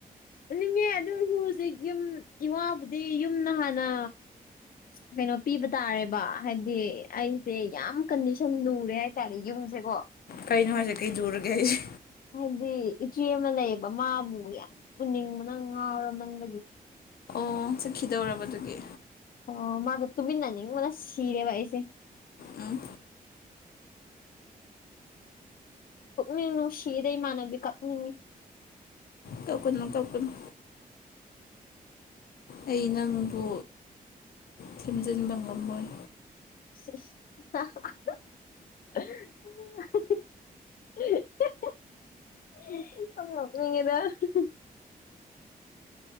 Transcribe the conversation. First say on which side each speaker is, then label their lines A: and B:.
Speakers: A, on the left; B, on the left.
A: ꯎꯅꯤꯡꯉꯦ ꯑꯗꯨꯏꯔꯁꯨ ꯍꯧꯖꯤꯛ ꯌꯨꯝ ꯏꯋꯥꯕꯨꯗꯤ ꯌꯨꯝꯅ ꯍꯥꯟꯅ ꯀꯩꯅꯣ ꯄꯤꯕ ꯇꯥꯔꯦꯕ ꯍꯥꯏꯗꯤ ꯑꯩꯖꯦ ꯌꯥꯝ ꯀꯟꯗꯤꯁꯟ ꯂꯨꯔꯦ ꯍꯥꯏ ꯇꯔꯦ ꯌꯨꯝꯖꯦꯒꯣ
B: ꯀꯩꯅꯣ ꯍꯥꯏꯖꯦ ꯀꯩ ꯂꯨꯔꯒꯦ ꯍꯥꯏꯖꯦ
A: ꯍꯥꯏꯗꯤ ꯏꯆꯦ ꯑꯃ ꯂꯩꯌꯦꯕ ꯃꯥꯕꯨ ꯌꯥꯝ ꯎꯅꯤꯡꯕꯅ ꯉꯥꯎꯔꯃꯟꯕꯒꯤ
B: ꯑꯣ ꯆꯠꯈꯤꯗꯧꯔꯕꯗꯨꯒꯤ
A: ꯑꯣ ꯃꯥꯒ ꯇꯨꯃꯤꯟꯅꯅꯤꯡꯕꯅ ꯁꯤꯔꯦꯕ ꯑꯩꯁꯦ
B: ꯎꯝ
A: ꯄꯨꯛꯅꯤꯡ ꯅꯨꯡꯁꯤꯌꯦꯗ ꯏꯃꯥꯟꯅꯕꯤ ꯀꯞꯅꯤꯡꯉꯦ
B: ꯀꯞꯀꯅꯣ ꯀꯞꯀꯅꯣ ꯑꯩ ꯅꯪꯕꯨ ꯐꯨꯝꯖꯤꯟꯕ ꯉꯝꯃꯣꯏ
A: <unintelligible> <unintelligible>